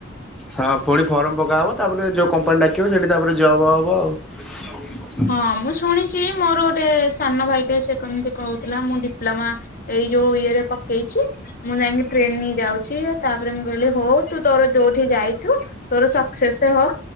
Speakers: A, in the centre; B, on the left (about 45°).
A: ହଁ ପୁଣି ଫର୍ମ ପକାହବ ତାପରେ ଯୋଉ କମ୍ପାନୀ ଡାକିବ ସେଠି ତାପରେ ଜବ୍ ହବ ଆଉ। <inaudible>
B: ହଁ ମୁଁ ଶୁଣିଛି ମୋର ଗୋଟେ ସାନ ଭାଇଟେ ସେ କେମିତି କହୁଥିଲା ମୁଁ ଡିପ୍ଲୋମା ଏଇ ଯୋଉ ଇଏରେ ପକେଇଛି ମୁଁ ଯାଇକି ଟ୍ରେନି ଯାଉଛି ତାପରେ ମୁଁ କହିଲି ହଉ ତୁ ତୋର ଯୋଉଠି ଯାଇଛୁ। ତୋର ସକ୍ସେସ ହୋ